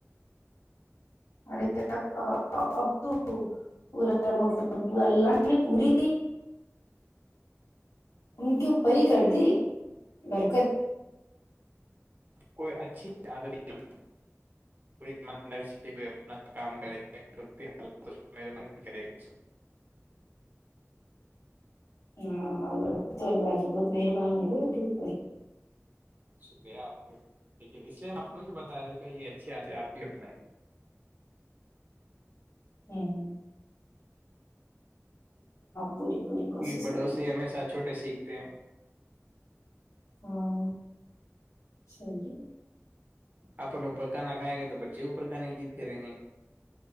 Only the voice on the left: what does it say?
ارے اب تو پورا مطلب وہ اللہ نے پوری ان کے اوپر ہی کر دی برکت
ہاں اللہ تو اللہ کی بہت مہربانی ہے ان کے اوپر
ہممم پوری پوری کوشش
کریں گے
ہاں صحیح ہے